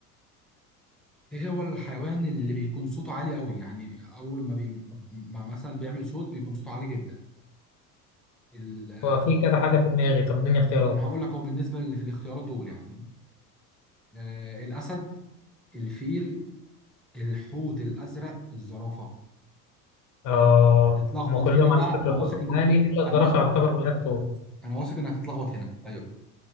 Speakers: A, in the centre; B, on the left.
A: إيه هو الحيوان اللي بيكون صوته عالي قوي يعني أول ما, بي... ما مثلا بيعمل صوت بيكون صوته عالي جدا ال...
B: هو في كذا حاجة في دماغي طب اديني اختيارات
A: هقول لك هو بالنسبة اللي في الاختيارات دول يعني آه الأسد الفيل الحوت الأزرق الزرافة
B: اه
A: تتلخبط
B: هما كلهم
A: هنا بقى
B: على فكرة
A: أنا واثق
B: صوتهم
A: إنك
B: عالي إلا الزرافة
A: أنا واثق
B: يعتبر من غير صوت
A: أنا واثق إنك هتتلخبط هنا أيوه